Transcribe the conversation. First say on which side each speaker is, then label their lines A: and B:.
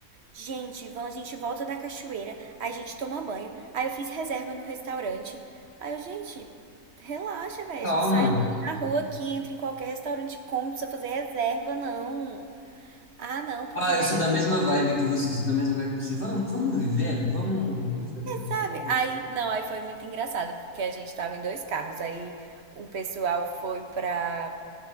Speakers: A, on the right; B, on the left.
A: gente, vamos, a gente volta da cachoeira, aí a gente toma banho, aí eu fiz reserva no restaurante. Aí eu, gente, relaxa, velho,
B: Calma.
A: a gente sai andando na rua aqui, entra em qualquer restaurante, come, não precisa fazer reserva, não. Ah, não, porque
B: Ah,
A: é
B: eu sou
A: reserva,
B: da mesma vibe que você, sou da mesma vibe que você. Vamos, vamos vivendo, vamos, vamos fazendo as
A: sabe?
B: coisas.
A: Aí, não, aí foi muito engraçado, porque a gente tava em dois carros, aí um pessoal foi pra